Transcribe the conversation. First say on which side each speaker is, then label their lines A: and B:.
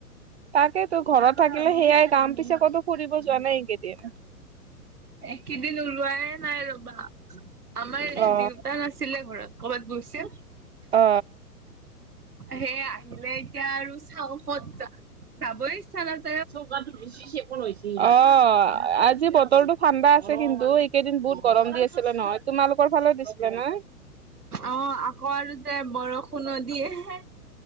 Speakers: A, on the right; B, on the right.
A: তাকে তো ঘৰত থাকিলে সেয়াই কাম পিছে ক'তো ফুৰিব যোৱা নাই এইকেইদিন
B: একেইদিন ওলোৱাই নাই ৰবা আমাৰ এই
A: অ
B: দেউতা নাছিলে ঘৰত ক'বাত গৈছে
A: অ
B: সেই আহিলে এতিয়া আৰু চাওঁ ক'ত চাবই ইচ্ছা নাযাই
A: অ চৌকাটো ভিজি চেপৰ হৈছি অ আজি বতৰটো ঠাণ্ডা আছে কিন্তু কেইদিন বহুত গৰম দি আছিলে ন তোমালোকৰ ফালে দিছিলে নহয়
B: অ আকৌ আৰু যে বৰষুণো দিয়ে